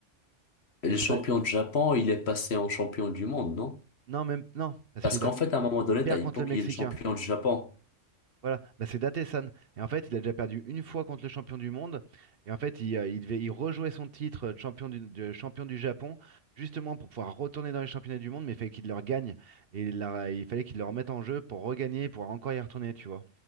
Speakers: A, on the left; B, on the right.
A: Et
B: Et
A: Le
B: je
A: champion
B: sais pas.
A: du Japon, il est passé en champion du monde, non?
B: Non, même. Non, parce
A: Parce
B: qu'il
A: qu'en
B: a...
A: fait, à un moment
B: il
A: donné,
B: perd
A: t'as Hippo
B: contre le
A: qui
B: Mexicain.
A: est le champion du Japon.
B: Voilà, bah, c'est Datesan. Et en fait, il a déjà perdu une fois contre le champion du monde. Et en fait, il, euh, il devait il rejouait son titre euh, de champion du, de champion du Japon, justement pour pouvoir retourner dans les championnats du monde, mais il fallait qu'il le regagne. Et il, leur- il fallait qu'il le remette en jeu pour regagner, pour encore y retourner, tu vois.